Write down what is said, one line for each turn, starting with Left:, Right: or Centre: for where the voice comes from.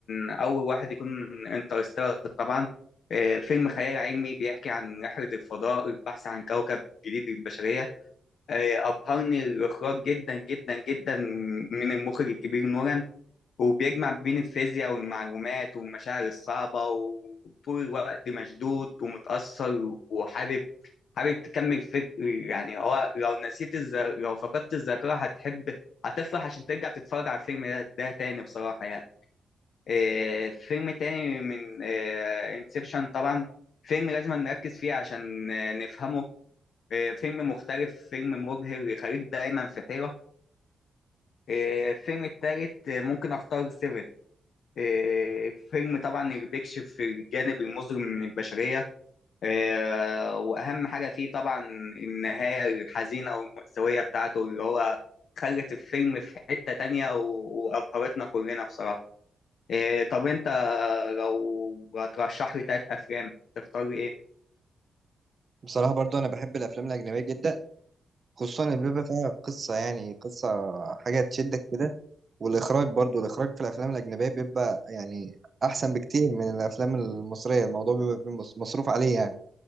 Left: أول واحد يكون انترستيلر طبعا آه، فيلم خيال علمي بيحكي عن رحلة الفضاء البحث عن كوكب جديد للبشرية آه، أبهرني الإخراج جدا جدا جدا من المخرج الكبير نوران وبيجمع بين الفيزياء والمعلومات والمشاعر الصعبة وطول الوقت مشدود ومتأثر وحابب حابب تكمل فكر يعني هو لو نسيت الز... لو فقدت الذاكرة هتحب هتفرح عشان ترجع تتفرج على الفيلم ده ده تاني بصراحة يعني آه، فيلم تاني من آه، انسبشن طبعا فيلم لازم نركز فيه عشان آه، نفهمه آه، فيلم مختلف فيلم مبهر يخليك دايما في حيرة آه، الفيلم التالت آه، ممكن أختار سيفن آه، فيلم طبعا اللي بيكشف الجانب المظلم من البشرية آه، وأهم حاجة فيه طبعا النهاية الحزينة أو المأساوية بتاعته اللي هو خلت الفيلم في حتة تانية و- وأبهرتنا كلنا بصراحة آه، طب أنت لو هترشح لي تلات أفلام تختار إيه؟
Right: بصراحة برضو أنا بحب الأفلام الأجنبية جدا خصوصا اللي بيبقى فيها قصة يعني قصة حاجة تشدك كده والإخراج برضو الإخراج في الأفلام الأجنبية بيبقى يعني أحسن بكتير من الأفلام المصرية الموضوع بيبقى فيه مص- مصروف عليه يعني